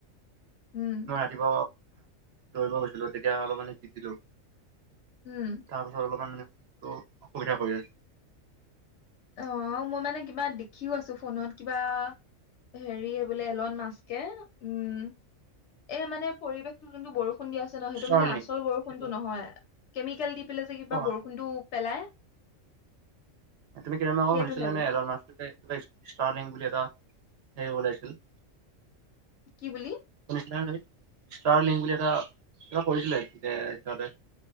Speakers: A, on the left (about 65°); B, on the right (about 60°).
A: উম।
B: শিকিব দৌৰিব গৈছিলো তেতিয়া অলপ মানে তিতিলো।
A: উম।
B: তাৰপাছত অলপ মান টো অসুবিধা কৰি আছে।
A: অহ মই মানে কিবা দেখিও আছো ফোনত কিবা হেৰিয়ে বোলে এলন মাস্কে উম এই মানে পৰিৱেশটো যোনটো বৰষুণ দি আ ছে ন সেইটো
B: ষ্টাৰ্লিং
A: মানে আচল বৰষুনটো
B: সেইটো
A: নহয় কেমিকেল দি পেলাই যে কিবা
B: অ'
A: বৰষুনটো পেলাই।
B: তুমি কেইদিনমানৰ আগত
A: সেইটোহে
B: শুনিছিলা
A: বোলে
B: নে এলন মাস্কে ষ্টাৰ্লিং বুলি এটা হেৰি উলিয়াইছিল।
A: কি বুলি?
B: শুনিছিলা নে তুমি ষ্টাৰ্লিং বুলি এটা কিবা কৰিছিলে সিহঁতে।